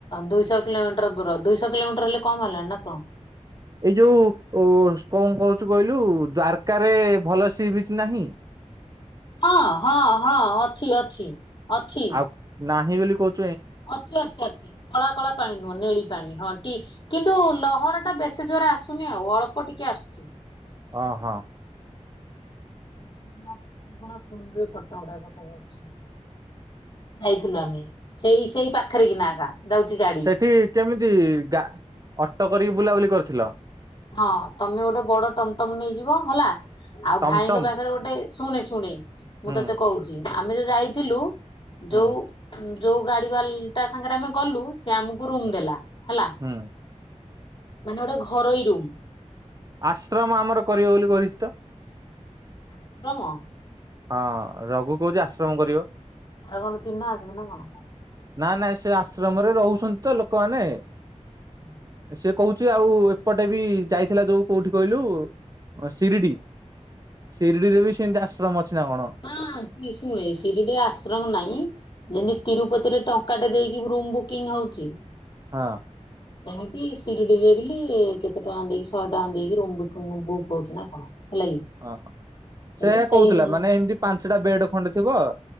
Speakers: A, on the left (about 40°); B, on the right (about 30°).
A: ଦୁଇଶହ କିଲୋମିଟର ଦୂର ଦୁଇଶହ କିଲୋମିଟର ହେଲେ କମ ହେଲାଣି ନା କଣ?
B: ଏଇ ଯୋଉ ଓ କଣ କହୁଛୁ କହିଲୁ ଦ୍ୱାରକା ରେ ଭଲ ସି ବିଚ ନାହିଁ?
A: ହଁ ହଁ ହଁ ଅଛି ଅଛି। ଅଛି।
B: ଆଉ ନାହିଁ ବୋଲି କହୁଛି?
A: ଅଛି ଅଛି ଅଛି କଳା କଳା ପାଣି ନୁହଁ ନେଳି ପାଣି ହଁ ଟିକ। କିନ୍ତୁ ଲହଢ଼ ଟା ବେଶୀ ଜୋର ଆସୁନି ଆଉ ଅଳ୍ପ ଟିକେ ଆସୁଛି।
B: ଓହୋ।
A: ପୁରୁଣା <unintelligible> ଅଛି। ଯାଇଥିଲୁ ଆମେ ସେଇ ସେଇ ପାଖରେ କି ନା ଆକା। ଜାଉଛି ଗା
B: ସେଠି କେମିତି ଗା ଅଟୋ କରିକି ବୁଲାବୁଲି କରୁଥିଲ?
A: ହଁ ତମେ ଗୋଟେ ବଡ ଟମଟମ ନେଇଯିବ ହେଲା। ଆଉ
B: ଟମଟମ
A: ଭାଇଙ୍କ ପାଖରେ ଗୋଟେ ଶୁଣେ ଶୁଣେ ମୁଁ
B: ହୁଁ
A: ତତେ କହୁଛି। ଆମେ ଯୋଉ ଯାଇଥିଲୁ
B: ହୁଁ
A: ଯୋଉ ଯୋଉ ଗାଡି ବାଲ ଟା ସାଙ୍ଗରେ ଆମେ ଗଲୁ ସେ ଆମକୁ ରୁମ
B: ହୁଁ
A: ଦେଲା ହେଲା।
B: ହୁଁ
A: ମାନେ ଗୋଟେ ଘରୋଇ ରୁମ୍।
B: ଆଶ୍ରମ ଆମର କରିବ ବୋଲି କରିଛି ତ
A: ଆଶ୍ରରମ।
B: ହଁ ରଘୁ କହୁଛି ଆଶ୍ରମ କରିବ।
A: ତାର କଣ ଚିହ୍ନା ଅଛନ୍ତି ନା କଣ?
B: ନା ନାଇଁ ସେ ଆଶ୍ରମରେ ରହୁଛନ୍ତି ତ ଲୋକମାନେ।
A: ହୁଁ।
B: ସେ କହୁଛି ଆଉ ଏପଟେ ବି ଯାଇଥିଲା ଯେଉ କେଉଠି କହିଲୁ ସିରିଡ଼ି। ଶିରିଡି ରେ ବି ସେମତି ଆଶ୍ରମ ଅଛି ନା କଣ।
A: ହିଁ ସି ଶୁ ଏ ସିରିଡିରେ ଆଶ୍ରମ ନାହିଁ। ଯେମତି ତିରୁପତି ରେ ଟଙ୍କା ଟେ ଦେଇକି ରୁମ ବୁକିଂ ହଉଛି।
B: ହଁ।
A: ହେମିତି ସିରିଡିରେ ବୋଲି କେତେ ଟଙ୍କା ଦେଇକି ଶହେ ଟଙ୍କା ଦେଇକି ରୂମୁ ବୁକୁ ହଉଛି ନା କଣ। ହେଲା।
B: ଓହୋ
A: ହେଲେ
B: ସେୟା
A: ସେଇ
B: କହୁଥିଲା
A: ରୁମ୍
B: ମାନେ ଏମିତି ପାଞ୍ଚଟା ବେଡ ଖଣ୍ଡେ ଥିବ।